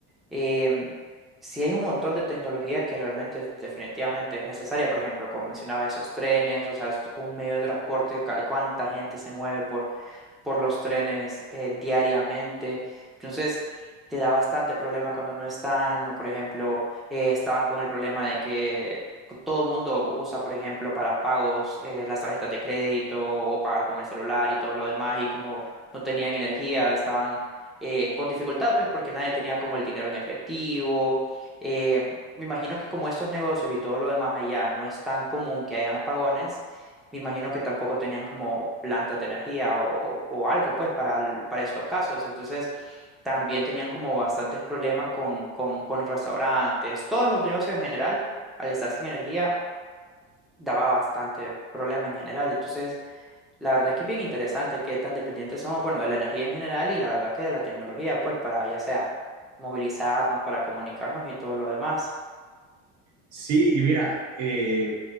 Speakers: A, in the centre; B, on the right.
A: em, sí hay un montón de tecnología que realmente definitivamente es necesaria, por ejemplo, como mencionaba, esos trenes, o sea, es un medio de transporte, ca- cuánta gente se mueve por por los trenes eh, diariamente. Entonces, te da bastante problema cuando no están, o por ejemplo, eh, estaban con el problema de que todo el mundo usa, por ejemplo, para pagos eh, las tarjetas de crédito o pagar con el celular y todo lo demás, y como no tenían energía, estaban eh, con dificultad, pues porque nadie tenía como el dinero en efectivo. Eh, me imagino que como estos negocios y todo lo demás allá no es tan común que hayan apagones, me imagino que tampoco tenían como plantas de energía o, o algo, pues, para, el- para estos casos. Entonces, también tenían como bastantes problemas con, con, con los restaurantes, todos los negocios en general, al estar sin energía, daba bastante problema en general. Entonces, la verdad es que es bien interesante qué tan dependientes somos, bueno, de la energía en general y la verdad que de la tecnología, pues, para ya sea movilizarnos, para comunicarnos y todo lo demás.
B: Sí, y mira, eh,